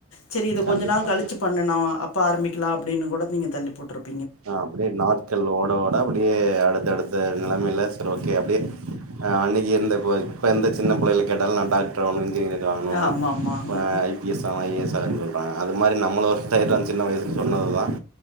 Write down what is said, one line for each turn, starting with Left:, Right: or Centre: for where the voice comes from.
Left: சரி இதை கொஞ்ச
Right: கண்டிப்பா
Left: நாள் கழிச்ச பண்ணணு அப்போ ஆரம்பிக்கலா அப்படின்னு கூட நீங்க தள்ளி போட்ருப்
Right: ஆ அப்படியே நாட்கள் ஓட ஓட அப்படியே அடுத்த அடுத்த நிலைமைல்ல இல்ல சரி ஓகே அப்படியே அ அன்னைக்குந்த இப்ப எந்த சின்னிள்ளையை கேட்டாலும் நான் டாக்டர் ஆணும் இன்ஜினியர் ஆனும்
Left: ஆமா ஆமாங்க
Right: ஐபிஎஸ் ஆன ஐஏஎஸ் <unintelligible> அது மாரி நம்மள ஒரு டைத் சின்ன வயசு சொன்னதுதான்